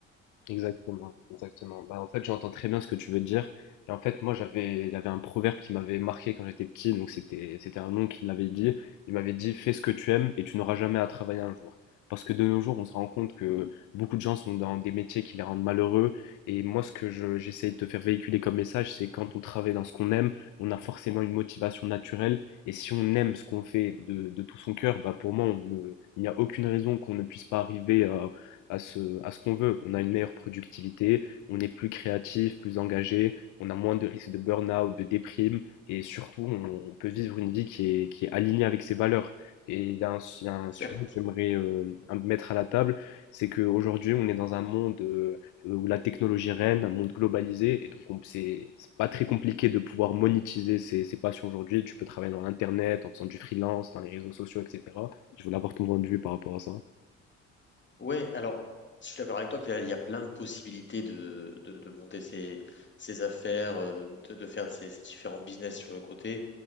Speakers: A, on the left (about 50°); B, on the left (about 30°).
A: Exactement, exactement. Bah, en fait, j'entends très bien ce que tu veux dire. Et en fait, moi, j'avais, il y avait un proverbe qui m'avait marqué quand j'étais petit. Donc, c'était, c'était un oncle qui me l'avait dit. Il m'avait dit, fais ce que tu aimes et tu n'auras jamais à travailler un jour. Parce que de nos jours, on se rend compte que beaucoup de gens sont dans des métiers qui les rendent malheureux. Et moi, ce que je, j'essaie de te faire véhiculer comme message, c'est quand on travaille dans ce qu'on aime, on a forcément une motivation naturelle. Et si on aime ce qu'on fait de, de tout son cœur, bah, pour moi, on ne- il n'y a aucune raison qu'on ne puisse pas arriver euh, à ce, à ce qu'on veut. On a une meilleure productivité, on est plus créatif, plus engagé, on a moins de risques de burn-out, de déprime, et surtout, on, on peut vivre une vie qui est, qui est alignée avec ses valeurs. Et il y a un, il y a un
B: certes.
A: sujet que j'aimerais euh, un- mettre à la table, c'est qu'aujourd'hui, on est dans un monde euh, où la technologie règne, un monde globalisé, et donc on- c'est c'est pas très compliqué de pouvoir monétiser ses, ses passions aujourd'hui. Tu peux travailler dans l'internet, en faisant du freelance, dans les réseaux sociaux, etc. Je voulais avoir ton point de vue par rapport à ça.
B: Ouais, alors, je suis d'accord avec toi qu'il y a, il y a plein de possibilités de, de, de monter ses, ses affaires, euh, de, de faire de ses, ses différents business sur le côté,